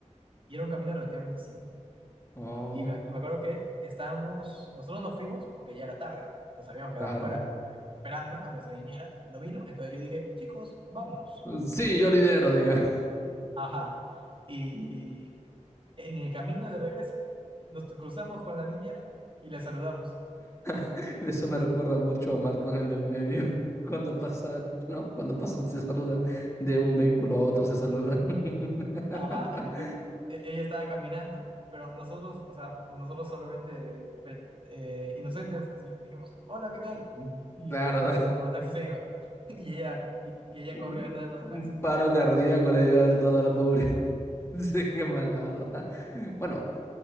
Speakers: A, on the right (about 40°); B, on the left (about 20°).
A: y era un camino relativamente simple.
B: oh,
A: Y me, me acuerdo que estábamos, nosotros nos fuimos porque ya era tarde, nos habíamos quedado
B: claro.
A: afuera esperando a nuestra niñera, no vino, entonces yo dije, chicos, vámonos.
B: Sí, yo lidero, diga.
A: Ajá. Y en el camino de regreso nos cruzamos con la niñera y le saludamos.
B: <laughs> Eso me recuerda mucho a Malcolm el del medio. <laughs> Cuando pasan, ¿no? Cuando pasan, se saludan. De un vehículo a otro se saludan. <laughs>
A: Ajá, en efecto. E- ella estaba caminando, pero nosotros, o sea, nosotros solamente pe- eh, inocentes, así dijimos, hola, ¿qué tal?
B: Ujú.
A: Y
B: Claro,
A: mi- mientras el mototaxi se iba. <laughs> Y ella, y, y ella
B: un,
A: corrió detrás del mototaxi.
B: un paro cardíaco le dio a haber dado a la pobre. <laughs> Sí, qué malvado. <laughs> Bueno,